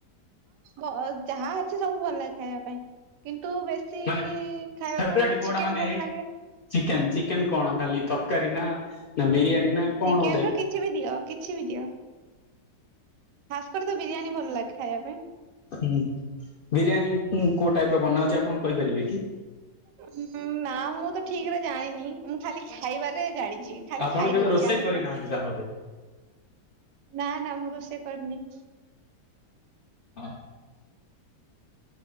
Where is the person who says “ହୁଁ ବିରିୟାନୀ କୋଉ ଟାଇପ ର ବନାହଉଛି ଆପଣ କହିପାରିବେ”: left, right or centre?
Left